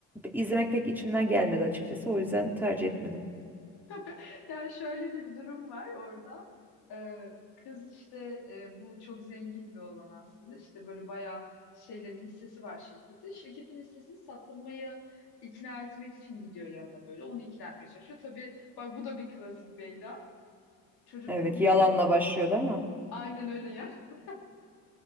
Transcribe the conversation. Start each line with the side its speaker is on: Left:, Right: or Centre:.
Centre: izlemek pek içimden gelmedi açıkçası. O yüzden tercih etmedim.
Left: <laughs> Yani şöyle de bir durum var orada. Ee, kız işte e, bu çok zengin bir olan aslında. İşte böyle bayağı şeyleri hissesi var şirketin. Şirketin hissesini sattırmaya ikna etmek için gidiyor yanına böyle. Onu ikna etmeye çalışıyor. Tabii bak bu da bir klasik Beyda. Çocuk
Centre: Evet,
Left: tabii
Centre: yalanla
Left: ki
Centre: başlıyor değil mi?
Left: aynen öyle ya. <laughs>